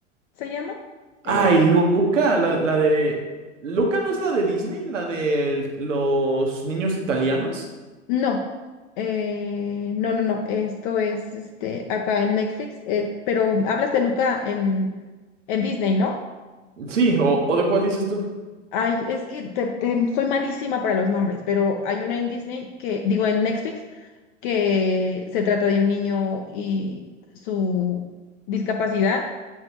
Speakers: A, on the left (about 40°); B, on the right (about 75°).
A: ¿se llama?
B: Ay,
A: Eh,
B: Luca, la, la de... ¿Luca no es la de Disney? ¿La de los niños italianos?
A: No, eh, no, no, no. Esto es este acá en Netflix, eh, pero hablas de Luca en, en Disney, ¿no?
B: Sí, o, o de cuál dices tú?
A: Ay, es que te- te- soy malísima para los nombres, pero hay una en Disney que, digo, en Netflix, que se trata de un niño y su discapacidad